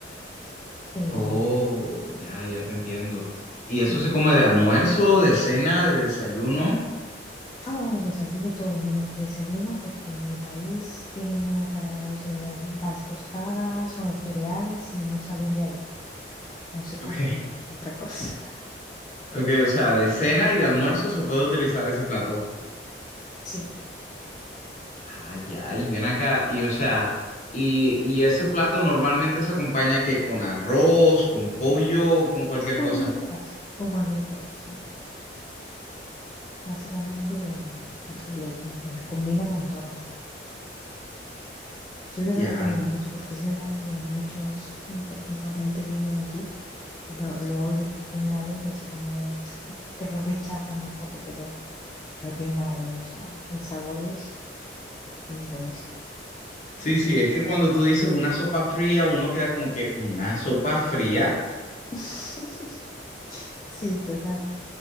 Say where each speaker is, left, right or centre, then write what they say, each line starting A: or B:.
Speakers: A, on the left; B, on the left.
A: Pero
B: Oh,
A: mm,
B: ya, ya te entiendo. ¿Y
A: sí.
B: eso
A: ¿no?
B: se come de almuerzo, de cena, de desayuno?
A: Ah, bueno, pues aquí de todo menos de desayuno porque en mi país tienen muy arraigado eso de las tostadas o los cereales y no salen de ahí, no se comen
B: Ok.
A: otra cosa. <laughs>
B: Ok, o sea, de cena y de almuerzo se puede utilizar ese plato.
A: Sí.
B: Ah, ya, y viene acá, y o sea, y, y ese plato normalmente se acompaña que con arroz, con pollo, o con cualquier
A: con
B: cosa.
A: lo que quieras o cualquier cosa, sí. Básicamente le, le combina con todo. Yo te
B: Ya,
A: lo recomiendo mucho porque es verdad que muchos, por ejemplo, gente que viene aquí y lo, lo oye por primera vez es como que lo rechazan un poco, pero no tiene nada que ver. O sea, el sabor es buenísimo.
B: Sí, sí, es que cuando tú dices una sopa fría, uno queda como que una sopa fría.
A: <laughs> Sí, total.